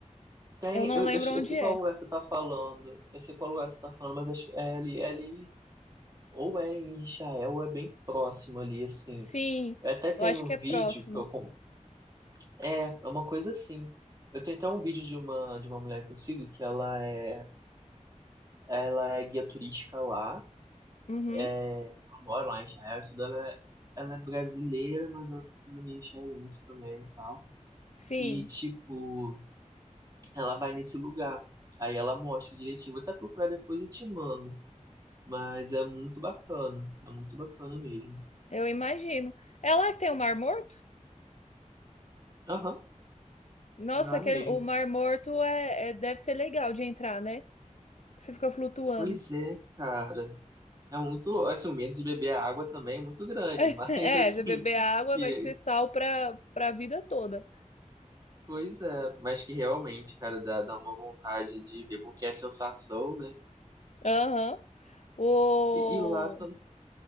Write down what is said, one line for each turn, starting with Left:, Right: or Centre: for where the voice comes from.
Right: tem.
Left: eu não
Right: Eu,
Left: lembro
Right: eu,
Left: onde
Right: eu sei
Left: é.
Right: qual lugar você tá falando. Eu sei qual lugar você tá falando, mas acho que é ali, é ali ou é em Israel, ou é bem próximo ali, assim.
Left: Sim,
Right: Eu até tenho
Left: eu acho que
Right: um
Left: é
Right: vídeo
Left: próximo.
Right: que eu. com- É, é uma coisa assim. Eu tenho até um vídeo de uma, de uma mulher que eu sigo, que ela é, ela é guia turística lá,
Left: Uhum,
Right: é, ela mora lá em Israel, e tudo, ela é, ela é brasileira, mas ela tem cidadania israelense também e tal.
Left: sim,
Right: E, tipo, ela vai nesse lugar. Aí ela mostra direitinho. Vou até procurar depois e te mando. Mas é muito bacana. É muito bacana mesmo.
Left: eu imagino. É lá que tem o Mar Morto?
Right: Aham,
Left: Nossa,
Right: lá
Left: que
Right: mesmo.
Left: é, o Mar Morto é, é- deve ser legal de entrar, né? Que Você fica flutuando.
Right: Pois é, cara. É muito, assim, o medo de beber a água também é muito grande,
Left: <laughs>
Right: mas
Left: É,
Right: <laughs> assim,
Left: você beber água
Right: que,
Left: vai ser sal pra, pra vida toda.
Right: pois é, mas que realmente, cara, dá, dá uma vontade de ver como que é a sensação, né?
Left: Aham. O,
Right: E, e lá tam-